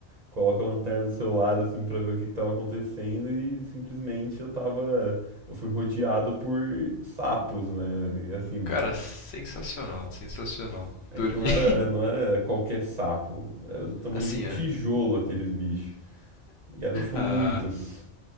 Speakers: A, on the right; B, on the left.
A: coloco a lanterna do celular assim pra ver o que que tava acontecendo e simplesmente eu tava, eu fui rodeado por sapos, né? E assim,
B: Cara, sensacional, sensacional.
A: é
B: Dormi.
A: que não era, não era qualquer sapo, era
B: <laughs>
A: do tamanho
B: assim,
A: de um tijolo
B: a,
A: aqueles bichos. E eram tipo
B: a,
A: muitos.